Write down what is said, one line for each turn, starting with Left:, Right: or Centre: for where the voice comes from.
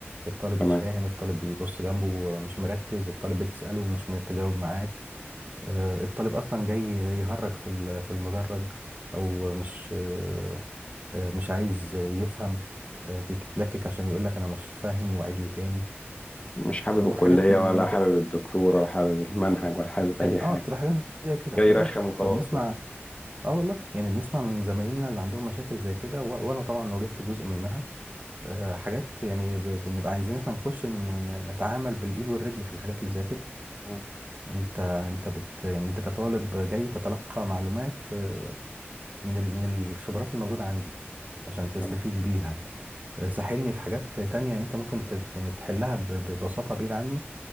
Right: الطالب
Left: تمام
Right: مش فاهم الطالب بيبص جنبه مش مركز الطالب بتسأله ومش متجاوب معاك آه، الطالب اصلا جاي يهرج في ال- في المدرج او مش آه، آه، مش عايز يفهم آه، بيتلكك عشان يقول لك انا مش فاهم وعيد لي تاني
Left: مش حابب
Right: وحاجات
Left: الكلية
Right: من
Left: ولا
Right: يعني
Left: حابب
Right: ك...
Left: الدكتور ولا حابب المنهج ولا حابب أي حاجة
Right: اه بتبقى حاجات زي كده
Left: جاي
Right: بالظبط
Left: يرخم وخلاص
Right: فبنسمع
Left: كده
Right: اه والله يعني بنسمع من زمايلنا اللي عندهم مشاكل زي كده و... وانا طبعا واجهت جزء منها آه، حاجات يعني ب... بنبقى عايزين احنا نخش ن... ن- نتعامل بالايد والرجل في الحاجات اللي زي كده
Left: مم.
Right: انت انت بت... يعني انت كطالب جاي تتلقى معلومات آه، من ال... من الخبرات الموجودة عندي عشان تستفيد
Left: تمام
Right: بيها آه، ساحلني في حاجات تانية انت ممكن تت... يعني تحلها ب... ببساطة بعيد عني